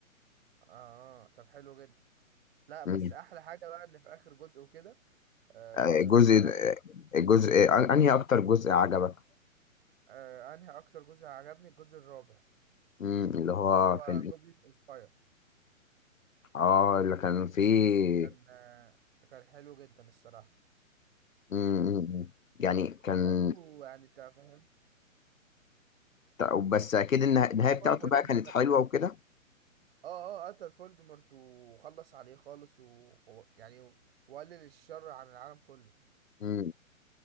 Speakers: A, on the right (about 45°); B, on the left (about 70°).
A: اه آه، طب حلو جدا لا بس
B: مم.
A: احلى حاجة بقى ان في اخر جزء وكده آه
B: آه، جزء
A: هاري
B: آه، جزء آه، انهي اكتر جزء عجبك
A: آه انهي اكتر جزء عجبني الجزء الرابع
B: مم، اللي هو
A: اللي هو
B: كان إيه؟
A: جوبليت اوف فاير
B: اه اللي كان
A: انت
B: فيه
A: فاهمني؟ كان آه، كان حلو جدا الصراحة
B: مم، مم، مم. يعني كان
A: برضه يعني انت فاهم
B: ط- بس اكيد النها- النهاية
A: عمر
B: بتاعته
A: هو
B: بقى
A: الفيلم
B: كانت
A: كان
B: حلوة وكده
A: اه اه قتل فولدمورت وخلص عليه خالص و... و- يعني و- وقلل الشر عن العالم كله
B: مم.